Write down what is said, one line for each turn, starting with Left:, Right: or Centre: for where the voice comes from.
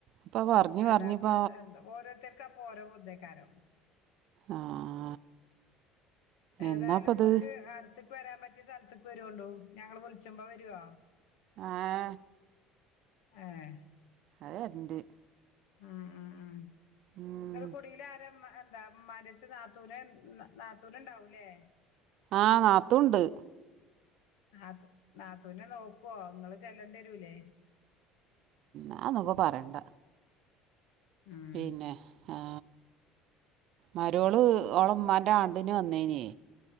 Right: ഇപ്പ പറഞ്ഞ്
Left: അല്ലാപ്പൊ
Right: പറഞ്ഞിപ്പ
Left: എന്താ ഓരോര്ത്തര്ക്കപ്പൊ ഓരോ ഉുദെയ്ക്കാരം.
Right: ആഹ്
Left: ഏതായാലുങ്ങക്ക്
Right: എന്നാപ്പത്
Left: അട്ത്ത് വരാൻ പറ്റിയ സൽത്ത്ക്ക് വരോണ്ടു. ഞങ്ങള് വിൾച്ചമ്പൊ. വരോ?
Right: ആഹ്
Left: ഏഹ്
Right: ആഹ് വരന്റ്.
Left: ഉം ഉം ഉം
Right: ഉം
Left: ങ്ങക്ക് കുടീലാരാ മ്മ എന്താ മ്മാന്റെ നാത്തൂനെ നാത്തൂന്ണ്ടാവുംലെ?
Right: ആഹ് നാത്തൂൻണ്ട്.
Left: ആഹ് നാത്തൂനെ നോക്കുവോ നിങ്ങൾ ചെല്ലേണ്ടി വരൂല്ലേ
Right: അഒന്നുപ്പ പറിയണ്ട.
Left: ഉം
Right: പിന്നെ ഏ മരോള് ഓളെ മ്മാന്റെ ആണ്ട്ന് വന്നെയ്നെ.